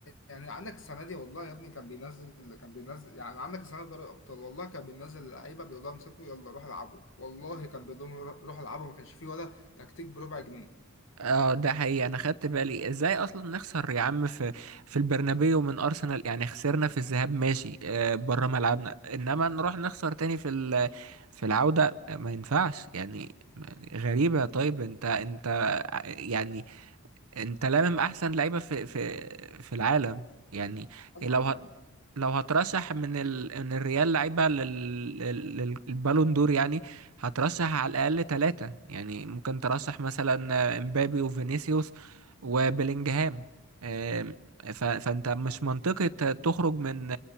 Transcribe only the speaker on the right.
اه ده حقيقي انا خدت بالي ازاي اصلا نخسر يا عم في في البرنابيو من ارسنال يعني خسرنا في الذهاب ماشي آه بره ملعبنا انما نروح نخسر تاني في ال- في العودة آه، ما ينفعش يعني م- غريبة طيب انت انت يعني انت لامم احسن لعيبه في في في العالم يعني
لو ه...
لو هترشح من ال... من الريال لعيبه لل... لل... للبالون دور يعني هترشح على الاقل ثلاثه يعني ممكن ترشح مثلا امبابي وفينيسيوس وبيلينجهام آم، ف... فانت مش منطقي ت- تخرج من